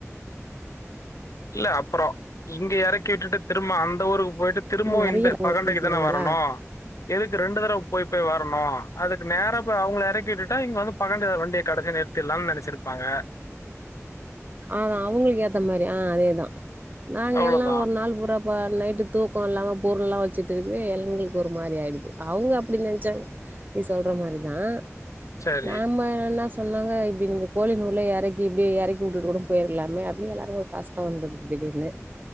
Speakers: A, on the left (about 75°); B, on the right (about 35°).
A: இல்ல அப்புறம் இங்க இறக்கி விட்டுட்டு திரும்ப அந்த ஊருக்கு போயிட்டு திரும்ப
B: நெறைய
A: இ
B: கூட்டுனு
A: பகண்டைக்கு தானே
B: வந்தாளா
A: வரணும் எதுக்கு ரெண்டு தடவை போய் போய் வரணும் அதுக்கு நேர அவளை இறக்கி விட்டுாங்கந்து வண்டிய கடைசி நிறுத்திடலாம்னு நினைச்சிருப்பாங்க
B: ஆான் அவங்களுக்கு ஏத்த மாதிரி ஆஹ் அதேதான் நாங்க
A: அவ்வளோதான்.
B: எல்லாம் ஒரு நால பு அப்ப நைட்டு தூக்கம் இல்லாம பொருள் எல்லாம் வச்சுட்டு இருக்குவே இளைங்களுக்கு ஒரு மாதிரி ஆயிடுது அவங்க அப்படி நினைச்சாங்க நீ சொல்ற மாதிரிதான்
A: சரி,
B: நம என்ன சொன்னாங்க இப்படி நீங்க கோழி நூ உள்ள இறக்கி இப்படி இறக்கி வீட்டிட்டு கூட போயிருலாமே அப்படின்னு எல்லாரும் ஒரு கஷ்டம் வந்துடுது திடீர்னு